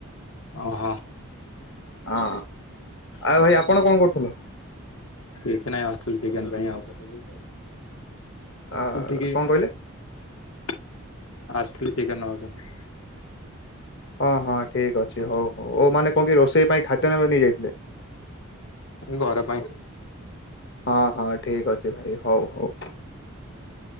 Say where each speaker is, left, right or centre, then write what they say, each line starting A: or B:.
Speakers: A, on the left (about 80°); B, on the left (about 50°).
A: ଓ ହୋ।
B: ହଁ ଆଉ ଭାଇ ଆପଣ କଣ କରୁଥିଲେ?
A: କିଛି ନାଇଁ ଆସିଥିଲି ଚିକେନ୍ ପାଇଁ ଆଉ।
B: ଅ
A: ଉଠିକି
B: କଣ କହିଲେ?
A: ଅହଁ ଆସିଥିଲି ଚିକେନ୍ ନବା ପାଇଁ।
B: ହଁ ହଁ ଠିକ୍ ଅଛି। ହଉ ହଉ ଓ ମାନେ କଁ କି ରୋଷେଇ ପାଇଁ ଖାଦ୍ୟ ନେବାକୁ ନେଇଯାଇଥିଲେ?
A: ଘର ପାଇଁ।
B: ହଁ ହଁ ଠିକ୍ ଅଛି ଭାଇ। ହଉ ହଉ।